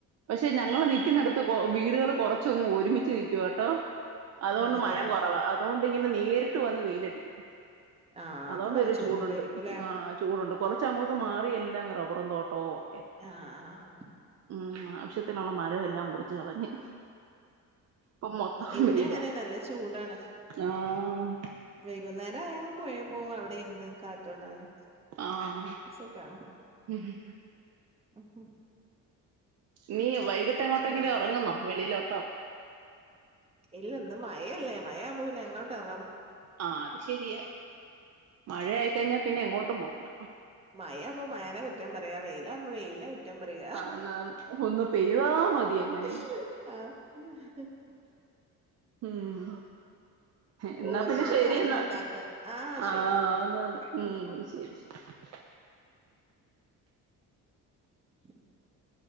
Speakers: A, on the right; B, on the right.
A: പക്ഷെ ഞങ്ങള് നിക്കുന്നിടത്ത് കൊ വീടുകൾ കുറച്ചൊങ്ങ് ഒരുമിച്ച് നിക്കുവാട്ടോ അതോണ്ട്
B: ആണല്ലേ
A: മരം കൊറവാ അതോണ്ട് ഇങ്ങനെ നേരിട്ട് വന്ന് വെയിലടിക്കും
B: ആഹ്
A: അതോണ്ടൊരു
B: അപ്പൊ നല്ല ചൂടുണ്ടായിരിക്കുംല്ലേ
A: ചൂടുണ്ട് ആഹ് ചൂടുണ്ട് കൊറച്ച് അങ്ങോട്ട് മാറി എല്ലാം റബറും തോട്ടവും ഒക്കെ
B: ആഹ് ആഹ് അ
A: ഉം ആവശ്യത്തിനുള്ള മരവെല്ലാം മുറിച്ച് കളഞ്ഞ്. ഇപ്പം മൊത്തം
B: ഇവിടെ
A: വെയില
B: അങ്ങനെ നല്ല ചൂടാണ്
A: ആഹ്
B: വൈകുന്നേര ആയാൽ ഞങ്ങള് പൊയേ പോകും. അവിടെ ഇരുന്ന് കാറ്റൊള്ളാന്.
A: ആഹ്
B: സുഖാണ്
A: ഉം ഉം
B: ഹും ഹും
A: നീ വൈകിട്ട് എങ്ങോട്ടെ
B: ചൂടാണ്
A: എങ്കിലും എറങ്ങുന്നോ വെളിയിലോട്ടോ
B: ഇല്ല ഇന്ന് മയെല്ലേ മയയാവുമ്പോ പിന്നെ എങ്ങോട്ട് എറങ്ങാ
A: ആഹ് അത് ശെരിയ. മഴ ആയി കഴിഞ്ഞാ പിന്നെ എങ്ങോട്ടും പോവണ്ട
B: മഴാ ആവുമ്പം മഴനെ കുറ്റം പറയാ വെയിലാവുമ്പൊ വെയിലിനെ കുറ്റ് റ്റം പറയാ
A: ആന്നാന്ന് ഒന്ന് പെയ്താ മതി എങ്ങനെങ്കി
B: <unintelligible> ആഹ്
A: ഉം ഇന്നാ
B: ഓരോന്ന്
A: പിന്നെ ശെരി
B: കാരണം
A: ഇന്നാ
B: ഉണ്ടാക്കാം ആ ശരി
A: ആന്ന്
B: എന്നാല് ഓക്കെ
A: ആന്ന് ഉം ശരി
B: ആ <inaudible>